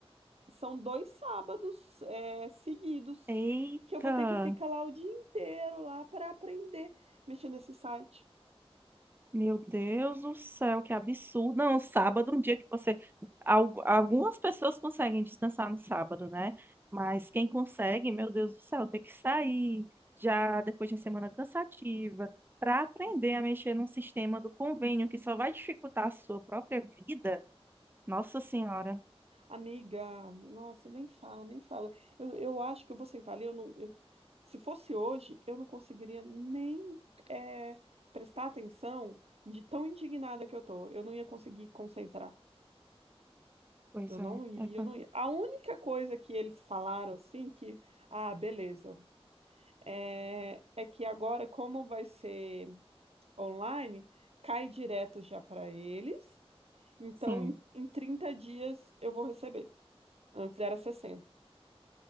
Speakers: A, on the right; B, on the right.
A: São dois sábados é, seguidos
B: Eita!
A: que eu vou ter que ficar lá o dia inteiro lá para aprender mexendo nesse site.
B: Meu Deus do céu, que absurdo. Não, o sábado, é um dia que você. algu- Algumas pessoas conseguem descansar no sábado, né? Mas quem consegue, meu Deus do céu, tem que sair já depois de uma semana cansativa para aprender a mexer num sistema do convênio que só vai dificultar a sua própria vida. Nossa Senhora.
A: Amiga, nossa, nem fala, nem fala. Eu, eu acho que eu vou sentar ali. Eu não, eu- se fosse hoje, eu não conseguiria nem é, prestar atenção de tão indignada que eu tô. Eu não ia conseguir concentrar.
B: Pois
A: Eu não
B: é.
A: ia,
B: é fa-
A: eu não ia. A única coisa que eles falaram assim que, ah, beleza, é, é que agora como vai ser online, cai direto já para eles. Então
B: sim.
A: em, em 30 dias eu vou receber. Antes era 60.